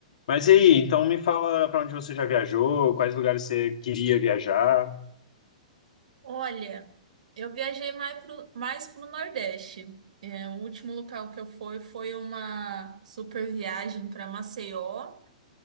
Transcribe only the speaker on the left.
Mas e aí, então me fala para onde você já viajou, quais lugares você queria viajar.